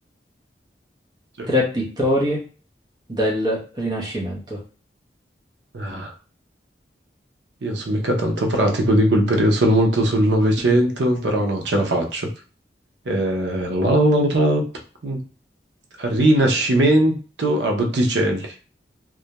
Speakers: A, on the right (about 80°); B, on the right (about 25°).
A: Sì.
B: tre pittori del Rinascimento.
A: Ah, io non sono mica tanto pratico di quel periodo, sono molto sul Novecento,
B: <laughs>
A: però no, ce la faccio. Eh, la- la- la- la- Rinascimento a Botticelli,